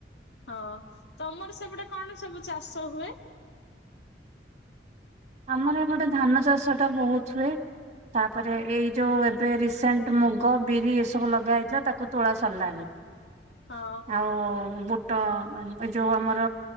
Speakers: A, on the left; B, on the right.
A: ହଁ ତମର ସେପଟେ କଣ ସବୁ ଚାଷ ହୁଏ?
B: ଆମର ଏପଟେ ଧାନ ଚାଷ ଟା ବହୁତ ହୁଏ, ତାପରେ ଏଇ ଯୋଉ ଏବେ ରିସେଣ୍ଟ ମୁଗ, ବିରି ଏସବୁ ଲଗା ହୋଇଥିଲା ତାକୁ ତୋଳା ସରିଲାଣି।
A: ହଁ
B: ଆଉ ବୁଟ୍ ହଁ ଏ ଯୋଉ ଆମର